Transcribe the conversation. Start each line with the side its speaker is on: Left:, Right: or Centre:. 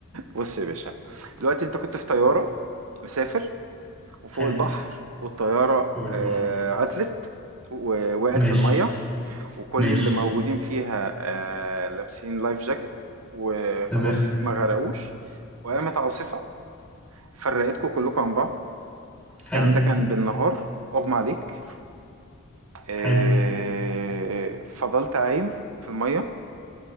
Right: بص يا باشا دلوقتي انت كنت في طياره مسافر وفوق
Centre: حلو
Right: البحر والطيارة
Centre: فوق البحر
Right: آه، عطلت ووقعت
Centre: ماشي
Right: في المية وكل
Centre: ماشي
Right: اللي مم. موجودين فيها آه، لابسين لايف جاكيت وخلاص
Centre: تمام
Right: ما غرقوش وقامت عاصفة فرقتكم كلكم عن بعض الكلام
Centre: حلو
Right: ده كان بالنهار أغمى عليك آه،
Centre: حلو
Right: فضلت عايم في المية